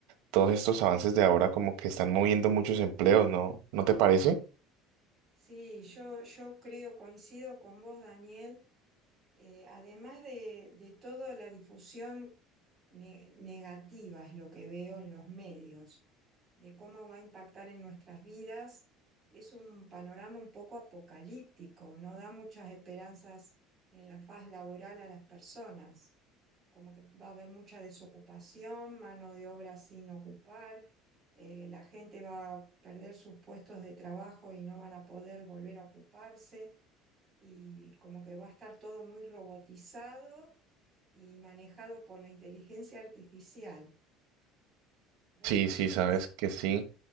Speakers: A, on the right; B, on the right.
A: todos estos avances de ahora como que están moviendo muchos empleos, ¿no? ¿No te parece?
B: Sí, yo, yo creo, coincido con vos, Daniel. eh, además de, de toda la difusión ne- negativa, es lo que veo en los medios, de cómo va a impactar en nuestras vidas, es un panorama un poco apocalíptico, no da muchas esperanzas en la faz laboral a las personas, como que va a haber mucha desocupación, mano de obra sin ocupar, eh, la gente va a perder sus puestos de trabajo y no van a poder volver a ocuparse y como que va a estar todo muy robotizado y manejado por la inteligencia artificial. ¿Vos
A: Sí,
B: qué opinás?
A: sí, sabes que sí,